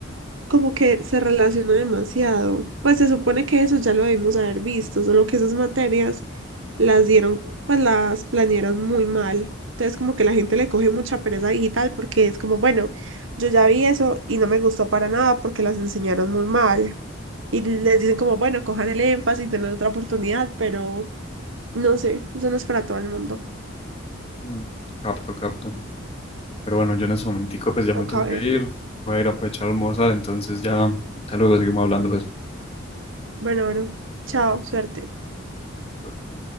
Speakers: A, on the right (about 80°); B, on the left (about 30°).
A: como que se relaciona demasiado. Pues se supone que eso ya lo debimos haber visto, solo que esas materias las dieron, pues las planearon muy mal. Entonces como que la gente le coge mucha pereza digital porque es como, bueno, yo ya vi eso y no me gustó para nada porque las enseñaron muy mal. Y les dicen como, bueno, cojan el énfasis, tengan otra oportunidad, pero no sé, eso no es para todo el mundo.
B: Mm, Capto, capto. Pero bueno, yo en ese momentico pues ya
A: Toca
B: me tengo que
A: ver.
B: ir, voy a ir a aprovechar a almorzar, entonces ya, ya luego seguimos hablando
A: Bueno, bueno, chao, suerte.
B: pues.